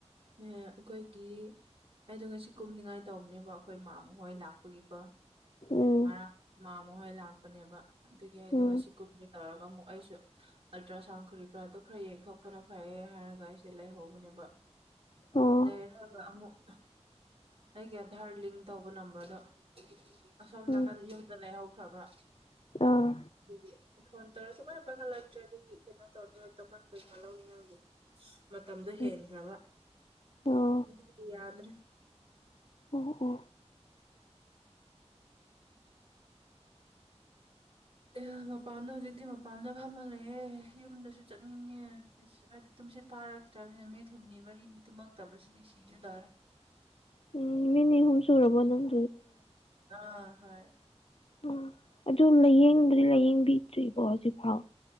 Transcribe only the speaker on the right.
ꯑꯦ ꯑꯩꯈꯣꯏꯒꯤ ꯑꯩꯗꯣ ꯉꯁꯤ ꯀꯨꯝꯅꯤꯡꯉꯥꯏ ꯇꯧꯕꯅꯦꯕ ꯑꯩꯈꯣꯏ ꯃꯥ ꯃꯈ ꯍꯣꯏ ꯂꯥꯛꯄꯒꯤꯀꯣ
ꯉꯔꯥꯡ ꯃꯈꯣꯏ ꯂꯥꯛꯄꯅꯦꯕ ꯑꯗꯨꯒꯤ ꯑꯩꯗꯣ
ꯉꯁꯤ ꯀꯨꯝꯒ ꯇꯧꯔꯒ ꯑꯃꯨꯛ ꯑꯩꯁꯨ ꯑꯜꯇ꯭ꯔ ꯁꯥꯎꯟ ꯈꯨꯔꯤ ꯈꯔꯗ ꯈꯔ ꯌꯦꯡꯊꯣꯛꯄꯅ ꯐꯩꯌꯦ ꯍꯥꯏꯔꯒ ꯑꯩꯁꯦ ꯂꯩꯍꯧꯕꯅꯦꯕ
ꯂꯩꯔꯒ ꯑꯃꯨꯛ ꯑꯩꯒꯤ ꯑꯙꯥꯔ ꯂꯤꯡ ꯇꯧꯕ ꯅꯝꯕꯔꯗꯣ ꯑꯁꯣꯝ
ꯅꯥꯀꯟ ꯌꯨꯝꯗ ꯂꯩꯍꯧꯈ꯭ꯔꯕ
ꯑꯗꯨꯗꯤ ꯐꯣꯟ ꯇꯧꯔꯁꯨ ꯀꯥꯏꯅ ꯄꯥꯏꯈꯠꯂꯛꯇ꯭ꯔꯦ ꯑꯗꯨꯒꯤ ꯀꯩꯅꯣ ꯇꯧꯔꯤ ꯗꯨꯀꯥꯟ ꯀꯩꯀꯥ ꯂꯧꯔꯤꯣꯒꯤ ꯃꯇꯝꯗꯨ ꯍꯦꯖꯕꯗꯤꯗ꯭ꯔꯦ
ꯑꯦ ꯃꯄꯥꯟꯗ ꯍꯧꯖꯤꯛꯇꯤ ꯃꯄꯥꯟꯗ ꯐꯝꯍꯜꯂꯑꯦ ꯌꯨꯝꯗꯁꯨ ꯆꯠꯅꯤꯡꯉꯦ ꯨꯝꯁꯤꯠ ꯐꯥꯔꯛꯇ꯭ꯔꯕꯅꯤꯅ ꯃꯤꯠꯊꯨꯝꯅꯤ ꯃꯔꯤꯅꯤ ꯇꯨꯝꯃꯛꯇꯕꯁꯤꯗꯤ ꯁꯤꯒꯗꯔꯦ <unintelligible>
ꯑꯥ ꯍꯣꯏ